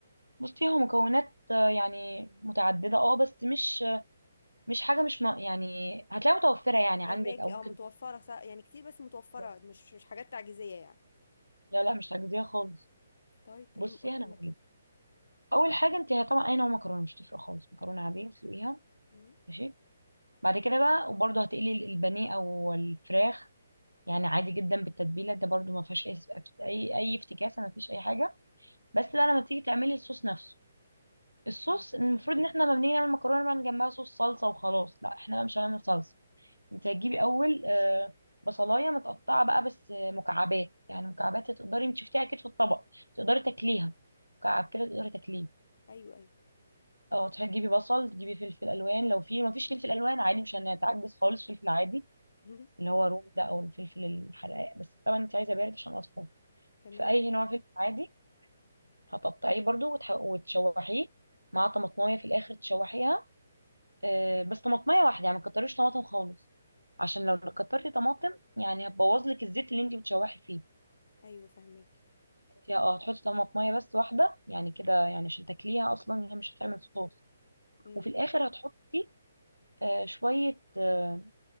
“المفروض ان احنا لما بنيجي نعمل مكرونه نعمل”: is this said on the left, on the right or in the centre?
Right